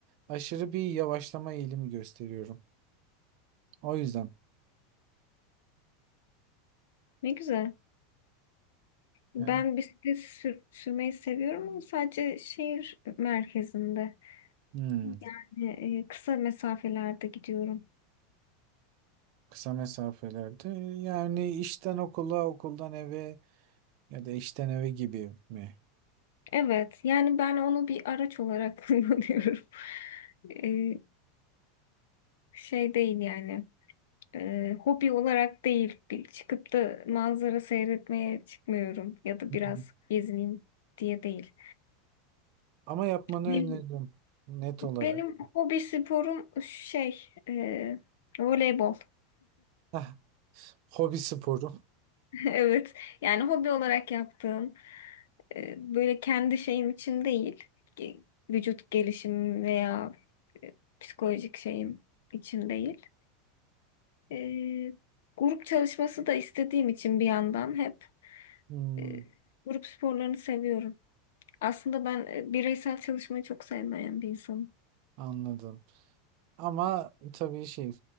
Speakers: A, on the right; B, on the left.
A: aşırı bir yavaşlama eğilimi gösteriyorum. O yüzden.
B: Ne güzel. Ben
A: Evet.
B: bisiklet sür- sürmeyi seviyorum ama sadece şehir merkezinde.
A: Hmm,
B: Yani e, kısa mesafelerde gidiyorum.
A: kısa mesafelerde yani işten okula, okuldan eve ya da işten eve gibi mi?
B: Evet, yani ben onu bir araç olarak <laughs> kullanıyorum. E, şey değil yani. e, hobi olarak değil. Bir çıkıp da manzara seyretmeye çıkmıyorum ya da
A: Hı
B: biraz
A: hı.
B: gezineyim diye değil.
A: Ama yapmanı
B: Benim,
A: öneririm net olarak.
B: benim hobi sporum şey e, voleybol.
A: Hah, hobi sporu.
B: <laughs> Evet. Yani hobi olarak yaptığım e, böyle kendi şeyim için değil. Ge- Vücut gelişim veya e, psikolojik şeyim için değil. E, grup çalışması da istediğim için bir yandan hep
A: Hmm,
B: e, grup sporlarını seviyorum. Aslında ben e, bireysel çalışmayı çok sevmeyen bir insanım.
A: anladım. Ama tabii şey